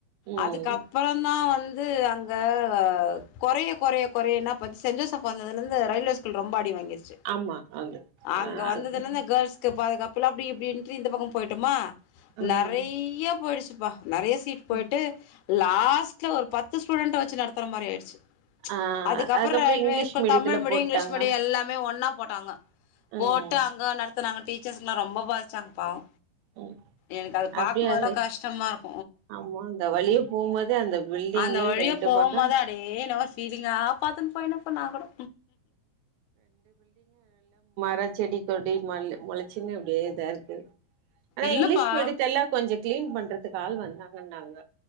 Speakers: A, on the right; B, on the left.
A: ம்
B: அதுக் அப்புறந்தா வந் து அங்க கவ் கொறைய கொறைய கொறைய என்னாபச் சென் ஜோசப் வந்ததுலந்து ரயில்வே ஸ்கூல் ரொம்ப அடி வாங்கிற் சு
A: ஆமா அது
B: அங்க
A: ஆ
B: வந்ததுலேந்த
A: அது
B: கேர்ள்ஸ்க்கு பாதுகாப் புலா அப்டி இப்டின்ட்டு இந்த பக்கோம் பொய்ட்டமா
A: ம்
B: நெறைய்ய போயிடுச்சு நறைய சீட் போயிட்டு
A: ம்
B: லாத் ஃபஸ்ட்ல ஒரு பத்து ஸ்டூடண்ட வச்சு நடத் தர மாரி ஆயிட்ச்சு
A: ஆ
B: அதுக்கப்புற்
A: அதுக்கப்புறோ
B: ரயில்வே
A: இங்கிலீஷ்
B: ஸ்கூல்
A: மீடியத்துல
B: தமிழ் மீடியொ
A: போட்டாங்க
B: இங்கிலீஷ் மீடிய எல்லாமே ஒன்னாப் போட்டாங்க போட்டு
A: ம்
B: அங்க நடத்துனாங்க டீச்சர்ஸ்ங்களா ரொம்ப பாதி ச்சாங் பாவோ,
A: ம்
B: எனக்கு அது பாக்கும்போதுலா
A: அப்டியே அது
B: கஷ்டமா இருக்
A: ஆமா அந்த வழியே போம்போது அந்த பில்டிங்கே
B: அந்த வழியா
A: ரெண்டு
B: போம்போது
A: பக்கோ
B: அப்டியே என்னவோ ஃபீலிங்கா பாத்துன்னு போயினுருப்ப நாங் கூட
A: ர செடி கொடி மல் முளைச்சின்னு அப்டியே இதா இருக்கு ஆனா
B: இல்லப்பா
A: இங்கிலீஷ் மீடியத்த எல்லா கொஞ்ச கிளீன் பண்றதுக்கு ஆள் வந் தாங்கன்னாங்க